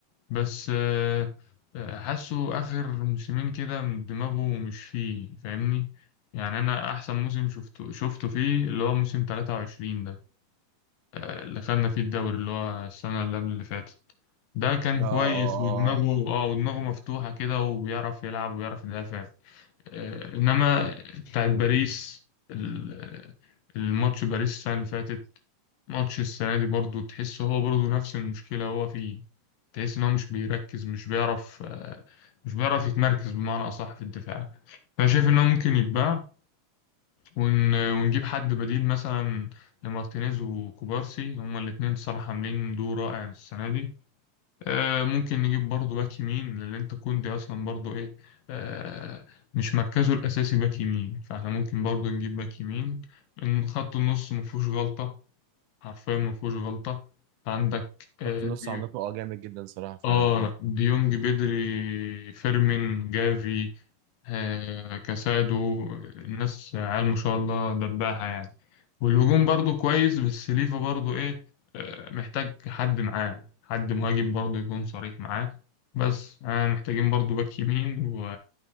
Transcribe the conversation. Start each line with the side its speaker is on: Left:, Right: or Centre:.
Left: بس آه، آه، حاسه اخر موسمين كده دماغه مش فيه فاهمني يعني انا احسن موسم شفته شفته فيه اللي هو موسم 23 ده آه، اللي خدنا فيه الدوري اللي هو السنة اللي قبل اللي فاتت ده كان
Right: اه
Left: كويس
Right: اه
Left: ودماغه
Right: اه آه.
Left: اه ودماغه مفتوحة كده وبيعرف يلعب وبيعرف يدافع آه، انما بتاعت باريس ال- الماتش باريس السنة اللي فاتت ماتش السنة دي برضو تحس هو برضو نفس المشكلة هو فيه تحس إن هو مش بيركز مش بيعرف آه، مش بيعرف يتمركز بمعنى أصح في الدفاع فأنا شايف إن هو ممكن يتباع ون... ونجيب حد بديل مثلا لمارتينيز وكوبارسي هما الاتنين الصراحة عاملين دور رائع السنة دي آه، ممكن نجيب برضو باك يمين لأن أنت كوندي أصلا برضو إيه آه، مش مركزه الأساسي باك يمين فإحنا ممكن برضو نجيب باك يمين إن خط النص مفهوش غلطة حرفيا ما فيهوش غلطة عندك آه
Right: خط النص
Left: ديو...
Right: عندكم اه جامد جدا صراحه فعلا
Left: آه ديونج بدري فيرمين جافي آه كاسادو الناس عيال ما شاء الله دباها يعني والهجوم برضو كويس بس ليفا برضو إيه آه محتاج حد معاه حد مهاجم برضو يكون صريح معاه بس آه محتاجين برضو باك يمين و...